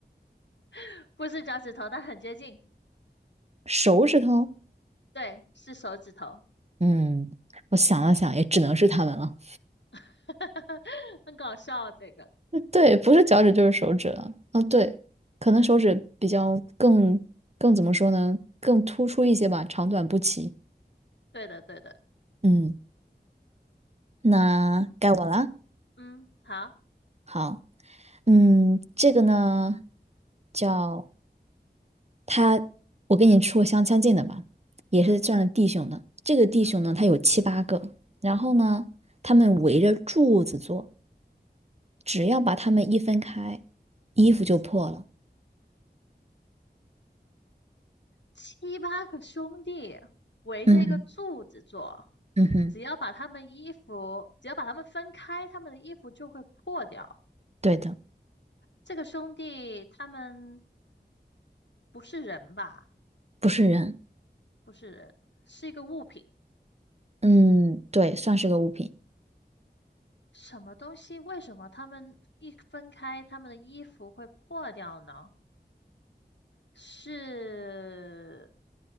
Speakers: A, on the left; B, on the right.
A: <laughs> 不是脚趾头，但很接近。
B: 手指头？
A: 对，是手指头，
B: 嗯，我想了想，也只能是它们了。
A: <laughs> 很搞笑啊这个。
B: <laughs> 对，不是脚趾就是手指了。啊，对，可能手指比较更更怎么说呢？更突出一些吧，长短不齐。
A: 对的，对的，
B: 嗯，那该我了。
A: 嗯，好，
B: 好，嗯，这个呢叫。他，我跟你说过相相近的吧，也是算是弟兄的。
A: 嗯
B: 这个弟兄呢，
A: 嗯，
B: 他有七八个，然后呢，他们围着柱子坐，只要把他们一分开，衣服就破了。
A: 七八个兄弟围着一个柱子坐，
B: 嗯嗯哼，
A: 只要把他们衣服，只要把他们分开，他们的衣服就会破掉。
B: 对的，
A: 这个兄弟他们不是人吧？
B: 不是人。
A: 不是人，是一个物品。
B: 嗯，对，算是个物品。
A: 什么东西？为什么他们一分开，他们的衣服会破掉呢？是